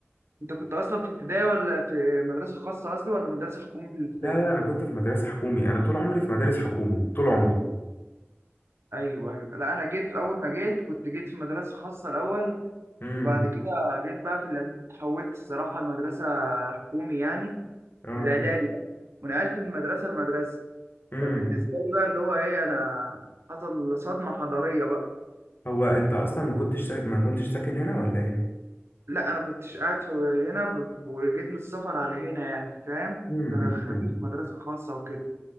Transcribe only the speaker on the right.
أنت كنت أصلا في ابتدائي ولا في مدرسة خاصة قصدي ولا مدرسة حكومي في الابتدائي؟
ايوه ايوه لا انا جيت اول ما جيت كنت جيت في مدرسه خاصه الاول
وبعد كده جيت بقى في الاعدادي اتحولت الصراحه لمدرسه حكومي يعني
في الاعدادي بقى ونقلت من مدرسه لمدرسه
فبالنسبه لي بقى اللي هو ايه انا حصل صدمه حضاريه بقى
لا انا كنتش قاعد في هنا وجيت من السفر على هنا يعني فاهم
فانا دخلوني
في مدرسه خاصه وكده